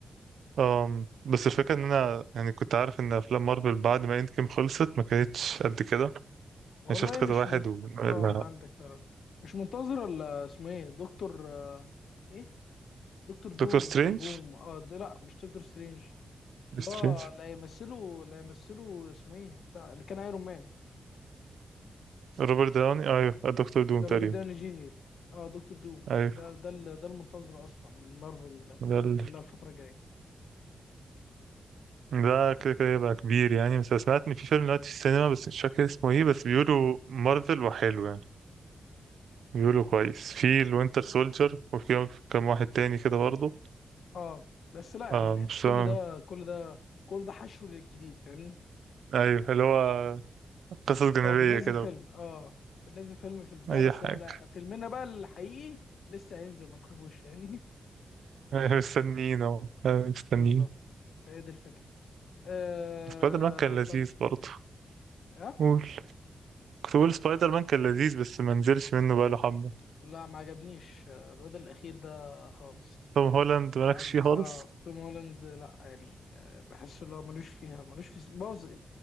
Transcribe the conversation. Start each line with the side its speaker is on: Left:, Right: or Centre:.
Right: آم... بس الفكرة إن أنا يعني كنت عارف إن أفلام مارفل بعد ما إند جيم خلصت ما كانتش قد كده
Left: والله
Right: أنا شفت كذا
Left: مش
Right: واحد
Left: منت...
Right: و...
Left: اه
Right: لا،
Left: ما عندك فعلا مش منتظر ولا اسمه ايه دكتور آه، ايه دكتور دوم
Right: دكتور سترينج
Left: ولا بوم اه ده لا مش دكتور سترينج
Right: دكتور
Left: لا
Right: سترينج
Left: لا يمثله لا يمثله اسمه ايه بتاع اللي كان ايرون مان
Right: روبرت داوني أيوه الدكتور دوم تقريبا
Left: روبرت داوني جينير اه دكتور دوم
Right: أيوه
Left: ده ده ال- ده المنتظر اصلا من مارفل
Right: ده
Left: كلها الفتره الجايه
Right: ده كده كده يبقى كبير يعني بس أنا سمعت ان في فيلم دلوقتي في السينما بس مش فاكر اسمه ايه بس بيقولوا مارفل وحلو يعني بيقولوا كويس في الوينتر سولجر وفي كام واحد تاني كده برضه
Left: اه بس لا
Right: آه
Left: يعني بحس
Right: مش
Left: كل
Right: فاهم
Left: ده كل ده كل ده حشو للجديد فاهمني
Right: ايوه اللي هو قصص جانبية
Left: اه بننزل
Right: كده
Left: فيلم اه بننزل فيلم في البتاع
Right: اي
Left: بس
Right: حاجة
Left: لا لا، فيلمنا بقى الحقيقي لسه هينزل ما تخافوش فاهمني
Right: آه، مستنيين اهو آه،
Left: <laughs>
Right: مستنيين
Left: بالظبط هي دي الفكرة آه
Right: سبايدر مان كان لذيذ
Left: طب
Right: برضه
Left: ها
Right: قول كنت بقول سبايدر مان كان لذيذ بس ما نزلش منه بقاله حبة
Left: لا ما عجبنيش آه، الواد الأخير ده خالص
Right: توم هولاند مالكش
Left: يعني
Right: فيه
Left: اه
Right: خالص
Left: توم هولاند لا يعني آه، بحس اللي هو ملوش فيها ملوش في بوظ